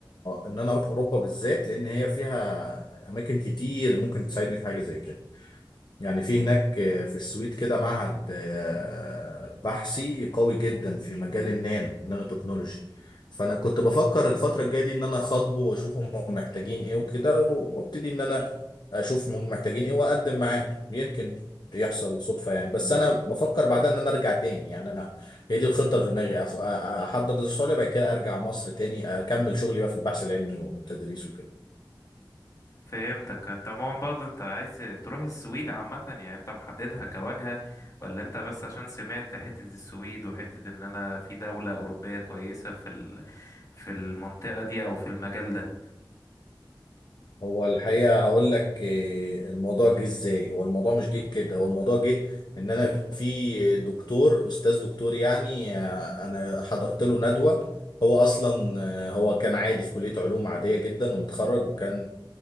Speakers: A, on the left (about 55°); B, on the left (about 40°).
A: ان انا اروح اوروبا بالذات لان هي فيها اماكن كتير ممكن تساعدني في حاجه زي كده يعني في هناك آه، في السويد كده معهد آه، بحثي قوي جدا في مجال النانو نانو تكنولوجي فانا كنت بفكر الفتره الجايه دي ان انا اخاطبه واشوف هم محتاجين ايه وكده وابتدي ان انا اشوف هم محتاجين ايه واقدم معاهم يمكن يحصل صدفه يعني بس انا بفكر بعدها ان انا ارجع تاني يعني انا هي دي الخطه اللي في دماغي أف- أ- احضر الاستراليا بعد كده ارجع مصر تاني اكمل شغلي بقى في البحث العلمي والتدريس وكده
B: فهمتك انت عموما برضه انت عايز تروح السويد عامة يعني انت محددها كواجهة ولا انت بس عشان سمعت حتة السويد وحتة ان انا في دولة اوروبية كويسة في ال... في المنطقة دي او في المجال ده
A: هو الحقيقة هقول لك آه، الموضوع جه ازاي هو الموضوع مش جه كده هو الموضوع جه ان انا في دكتور استاذ دكتور يعني آه، انا حضرت له ندوة هو اصلا آه، هو كان عادي في كلية علوم عادية جدا ومتخرج وكان